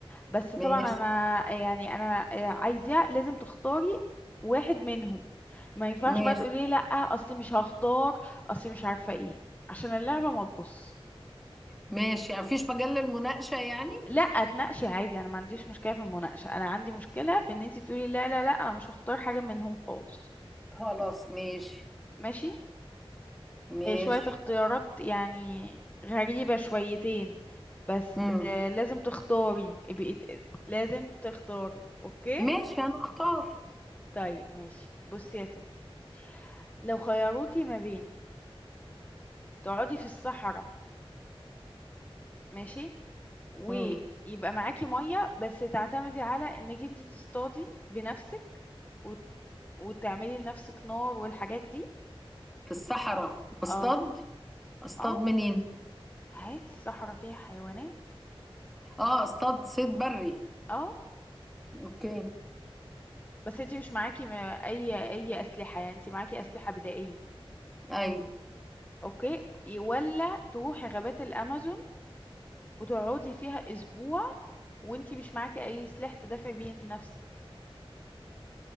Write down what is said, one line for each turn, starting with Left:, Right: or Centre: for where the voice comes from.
Left: بس
Centre: ماشي
Left: طبعا أنا يعني أنا آه، عايزة لازم تختاري واحد منهم ما ينفعش
Centre: ماشي
Left: بقى تقولي لأ أصلي مش هختار أصلي مش عارفة ايه عشان اللعبة ما تبص
Centre: ماشي يعني مفيش مجال للمناقشة يعني
Left: لأ تناقشي عادي أنا ما عنديش مشكلة في المناقشة أنا عندي مشكلة في إن انتي تقولي لا لا لا أنا مش هختار حاجة منهم خالص
Centre: خلاص ماشي
Left: ماشي
Centre: ماشي
Left: هي شوية اختيارات يعني غريبة شويتين بس
Centre: امم
Left: آه، لازم تختاري بقيت- لازم تختاري اوكي
Centre: ماشي انا اختار
Left: طيب ماشي بصي يا ستي لو خيروكي ما بين تقعدي في الصحراء ماشي ويبقى
Centre: امم
Left: معاكي مية بس تعتمدي على انك انت تصطادي بنفسك وت- وتعملي لنفسك نار والحاجات دي
Centre: في الصحراء اصطاد
Left: اه
Centre: اصطاد
Left: اه
Centre: منين
Left: عادي الصحراء فيها حيوانات
Centre: اه اصطاد صيد بري
Left: اه
Centre: اوكي
Left: بس انتي مش معاكي ما- اي اي اسلحه يعني انتي معاكي اسلحه بدائيه
Centre: اي
Left: اوكي ولا تروحي غابات الامازون وتقعدي فيها اسبوع وانتي مش معاكي اي سلاح تدافعي بيه لنفسك